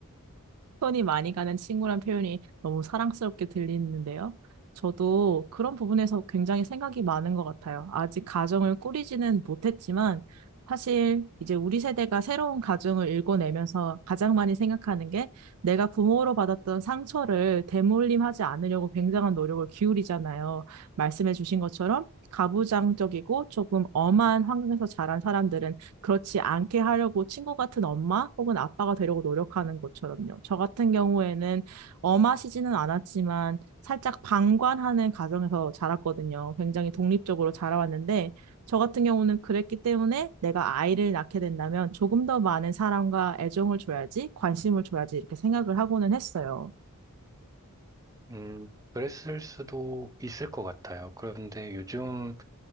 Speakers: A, on the right; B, on the right.
A: 손이 많이 가는 친구란 표현이 너무 사랑스럽게 들리는데요. 저도 그런 부분에서 굉장히 생각이 많은 것 같아요. 아직 가정을 꾸리지는 못했지만 사실 이제 우리 세대가 새로운 가정을 일궈내면서 가장 많이 생각하는 게 내가 부모로 받았던 상처를 되물림하지 않으려고 굉장한 노력을 기울이잖아요. 말씀해 주신 것처럼 가부장적이고 조금 엄한 환경에서 자란 사람들은 그렇지 않게 하려고 친구 같은 엄마 혹은 아빠가 되려고 노력하는 것처럼요. 저 같은 경우에는 엄하시지는 않았지만 살짝 방관하는 가정에서 자랐거든요. 굉장히 독립적으로 자라왔는데 저 같은 경우는 그랬기 때문에 내가 아이를 낳게 된다면 조금 더 많은 사랑과 애정을 줘야지, 관심을 줘야지 이렇게 생각을 하고는 했어요.
B: 음, 그랬을 수도 있을 것 같아요. 그런데 요즘